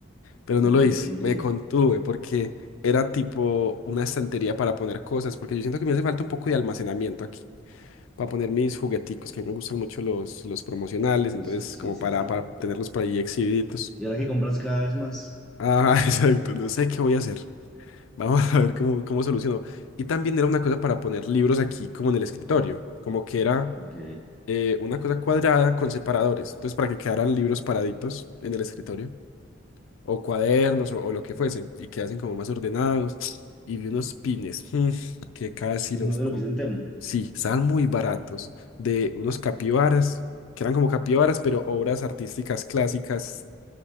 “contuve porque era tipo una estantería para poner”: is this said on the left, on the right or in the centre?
Left